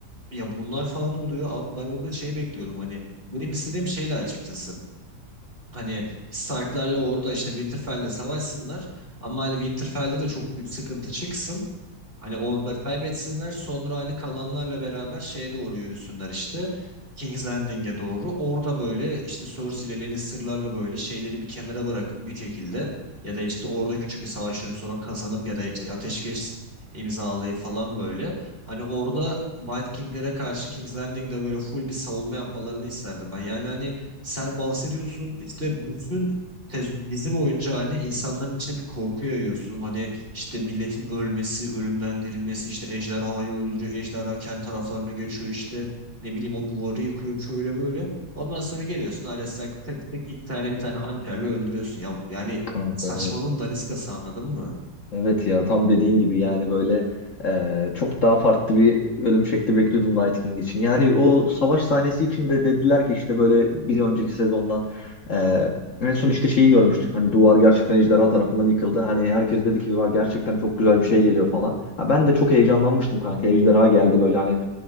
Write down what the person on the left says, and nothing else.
Kanka
evet.
Evet ya tam dediğin gibi yani böyle e, çok daha farklı bir ölüm şekli bekliyordum Night King için. Yani o savaş sahnesi için de dediler ki işte böyle bir önceki sezondan e, en son işte şeyi görmüştük. Hani duvar gerçekten ejderha tarafından yıkıldı. Hani herkes dedi ki "Vay, gerçekten çok güzel bir şey geliyor falan. Ha, ben de çok heyecanlanmıştım kanka. Ejderha geldi böyle hani